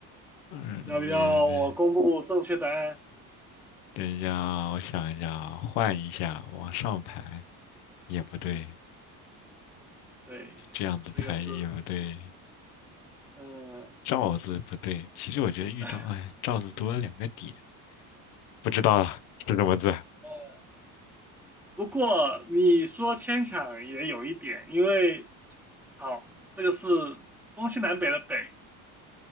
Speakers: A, on the left (about 85°); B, in the centre.
A: 嗯，
B: 要不要我公布正确答案？
A: 等一下啊，我想一下啊，换一下，往上排也不对，
B: 嗯，对，
A: 这样子排也不对，
B: 这个是，嗯。
A: 罩字不对。其实我觉得玉罩，
B: 哎
A: 哎，罩字多了两个点，不知道了，是什么字？
B: 呃不过你说牵强也有一点，因为好，这个是东西南北的北，